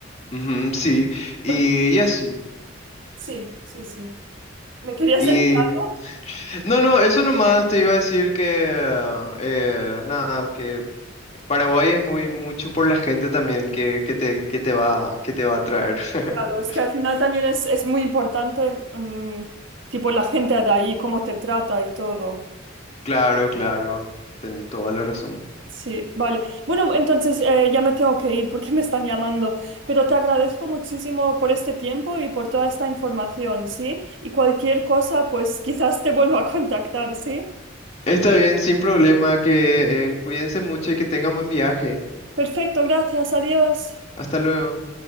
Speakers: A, on the left; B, on the right.
A: Ujú, sí, y,
B: Por-
A: y así.
B: Sí, sí, sí. ¿Me querías
A: Y
B: decir algo?
A: no, no, eso nomás te iba a decir que, eh, nada, que Paraguay es muy mucho por la gente también que, que te, que te va, que te va a atraer. <laughs>
B: Claro, es que al final también es, es muy importante, mm, tipo, la gente de ahí, cómo te trata y todo.
A: Claro, claro, ten toda la razón.
B: Sí, vale. Bueno, entonces eh, ya me tengo que ir porque <laughs> me están llamando, pero te agradezco muchísimo por este tiempo y por toda esta información, ¿sí? Y cualquier cosa, pues <laughs> quizás te vuelva a contactar, ¿sí?
A: Está bien, sin problema, que eh, cuídense mucho y que tengan buen viaje.
B: Perfecto, gracias, adiós.
A: Hasta luego.